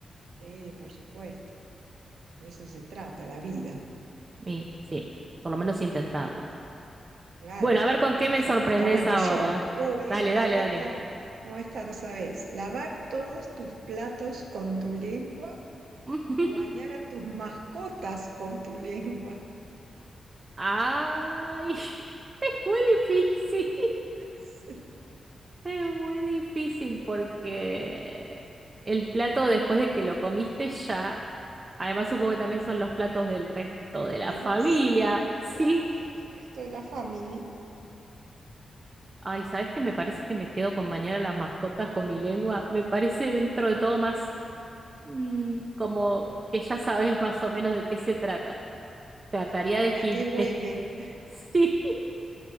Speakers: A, on the right; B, on the right.
A: Sí, por supuesto. De eso se trata la vida.
B: Y sí, por lo menos intentarlo.
A: Claro,
B: Bueno, a ver con qué
A: por
B: me
A: supuesto.
B: sorprendés
A: Bueno,
B: ahora.
A: yo, uy,
B: Dale,
A: esta,
B: dale,
A: esta,
B: dale.
A: no, esta no sabes. Lavar todos tus platos con tu lengua
B: <laughs>
A: o bañar a tus mascotas con tu lengua.
B: Ay, <laughs> es
A: <laughs>
B: muy difícil.
A: Sí.
B: Es muy difícil
A: Eh,
B: porque el plato después de que lo comiste ya, además supongo que también son los platos del resto de
A: Los
B: la
A: demás,
B: familia, ¿sí?
A: claro, el el resto de la familia.
B: Ay, ¿sabes qué? Me parece que me quedo con bañar a las mascotas con mi lengua. Me parece dentro de
A: Y,
B: todo más mm, como que ya sabes más o menos de qué se trata. Trataría
A: Claro,
B: de esquivar.
A: ¿a qué huelen?
B: <laughs>
A: <laughs>
B: Sí,